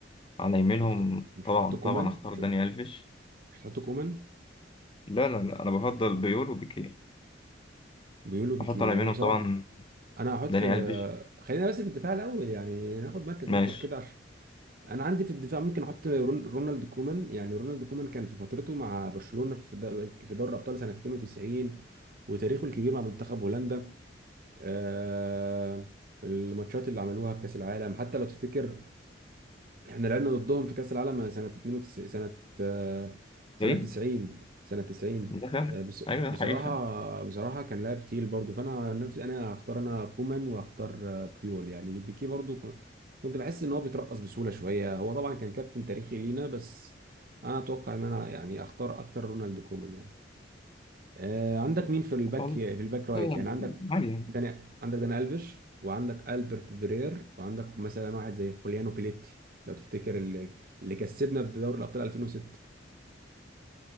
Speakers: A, on the left (about 30°); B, on the right (about 50°).
A: على يمينهم
B: مش هت- مش
A: طبعا
B: هتحط كومان
A: طبعا اختار
B: مش
A: داني الفيش
B: مش هتحط كومان
A: لا لا لا انا بفضل بيول وبيكيه
B: بيقولوا بيكيه
A: احط على يمينهم
B: انا بصراحه
A: طبعا
B: انا هحط
A: داني
B: آه،
A: الفيش
B: خلينا بس في الدفاع الاول يعني ناخد مركز
A: ماشي
B: مركز كده عشان انا عندي في الدفاع ممكن احط رون- رونالد كومان يعني رونالد كومان كان في فترته مع برشلونة في د- في دوري الابطال سنة 92 وتاريخه الكبير مع منتخب هولندا آه، الماتشات اللي عملوها في كأس العالم حتى لو تفتكر احنا لعبنا ضدهم في كأس العالم سنة 92 سنة آه، سنة
A: ايه
B: 90 سنة 90
A: ده فعلا
B: آه، بص-
A: ايوه
B: بصراحة
A: ده حقيقي فعلا
B: بصراحة كان لاعب تقيل برضو فأنا نفسي أنا هختار أنا كومان وهختار آه، بيول يعني بيكي برضو ك- كنت بحس إن هو بيترقص بسهولة شوية هو طبعا كان كابتن تاريخي لينا بس أنا أتوقع إن أنا يعني أختار أكتر رونالد كومان يعني آه، عندك مين في الباك
A: والله
B: في الباك رايت
A: يعني
B: يعني عندك
A: عادي يعني
B: داني عندك داني الفيش وعندك البرت فيرير وعندك مثلا واحد زي خوليانو بيليتي لو تفتكر اللي اللي كسبنا بدوري الابطال 2006